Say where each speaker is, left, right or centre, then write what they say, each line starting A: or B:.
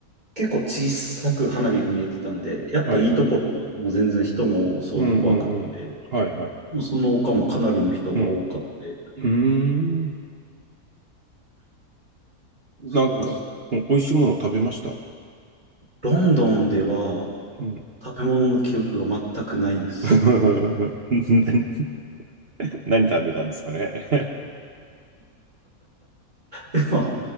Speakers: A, on the right; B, on the right.
A: 結構小さく花火が見えてたんで、やっぱいいところはもう全然人も多そうで怖くて、
B: はいはい。うんうんうん。はいはい。
A: その丘もかなりの人が多かった。
B: うん。うーん。なんか、
A: そうです。
B: お美味しいもの食べました。
A: ロンドンでは
B: うん。
A: 食べ物の記憶が全くないです。
B: <laughs> な何食べたんですかね。
A: でも、